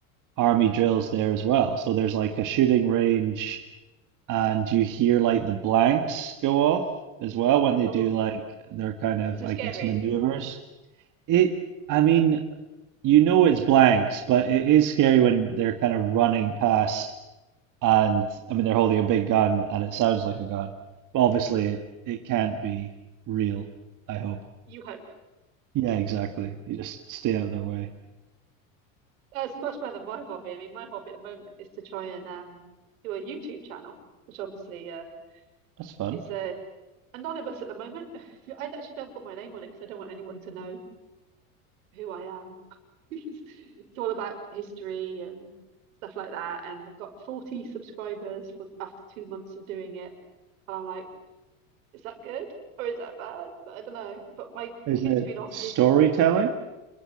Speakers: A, on the right (about 50°); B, on the right (about 80°).
A: army drills there as well. So there's like a shooting range, and you hear like the blanks go off as well when they
B: Oh,
A: do like their kind of,
B: is it
A: I
B: scary?
A: guess, maneuvers. It, I mean, you know it's blanks, but it is scary when they're kind of running past, and I mean, they're holding a big gun, and it sounds like a gun, but obviously it, it can't be real, I hope.
B: You hope.
A: Yeah, exactly. You just stay out of their way.
B: Uh, It's much better than my hobby. I mean, my hobby at the moment is to try and um, do a YouTube channel, which obviously uh,
A: That's fun.
B: is uh, anonymous at the moment. <laughs> I actually don't put my name on it because I don't want anyone to know who I am. <laughs> It's, it's all about history and stuff like that. And I've got 40 subscribers for after two months of doing it. And I'm like, is that good or is that bad? But I don't know. But my
A: Is
B: kid's
A: it
B: been on
A: storytelling
B: his